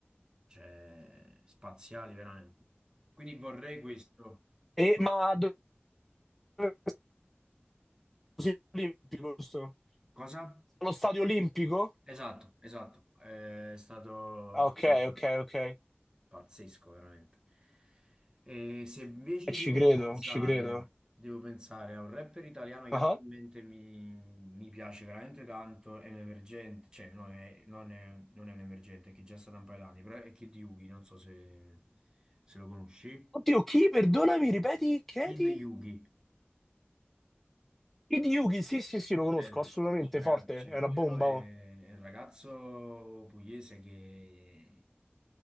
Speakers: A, on the right; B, in the centre.
A: cioè spaziali veramente. Quindi vorrei questo.
B: E, ma dove è stadio olimpico, giusto?
A: Cosa?
B: Allo stadio olimpico?
A: Esatto, esatto, è stato
B: Ah,
A: allora,
B: ok, ok, ok. E
A: pazzesco veramente. E se invece
B: ci
A: devo
B: credo,
A: pensare,
B: ci credo.
A: devo pensare a un rapper italiano che
B: Ah.
A: attualmente mi, mi piace veramente tanto, è un emergente, cioè non è, non è- non è un emergente, è che è già stato un paio d'anni, però è Kid Yugi, non so se, se lo conosci.
B: Oddio, chi? Perdonami, ripeti? Chiedi?
A: Kid Yugi.
B: Hideyuki, sì, sì, sì, lo conosco,
A: Cioè,
B: assolutamente
A: cioè, raga,
B: forte.
A: cioè,
B: È
A: quello
B: una bomba.
A: è,
B: oh.
A: è il ragazzo pugliese che